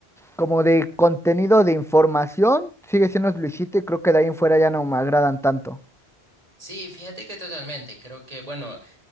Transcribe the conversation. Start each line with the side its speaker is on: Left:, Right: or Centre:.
Centre: como de contenido de información, sigue siendo Luisito y creo que de ahí en fuera ya no me agradan tanto.
Right: sí, fíjate que totalmente. Creo que, bueno,